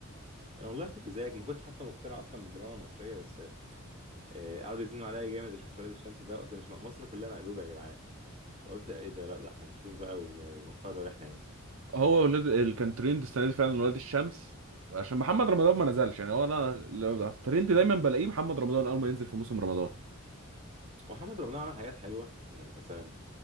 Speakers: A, on the right; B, on the right.
A: انا والله كنت زيك ما كنتش حتى مقتنع اصلا بالدراما المصريه بس آه، قعدوا يزنوا عليا جامد اشوف ولاد الشمس ده اصلا مش م- مصر كلها مقلوبه يا جدعان فقلت ايه ده لا ده احنا نشوف بقى ونقرر احنا يعني
B: هو ولاد اللي كان ترند السنه دي فعلا ولاد الشمس عشان محمد رمضان ما نزلش يعني هو انا لو ترند دايما بلاقيه محمد رمضان اول ما ينزل في موسم رمضان
A: ومحمد رمضان عمل حاجات حلوه يعني مثلا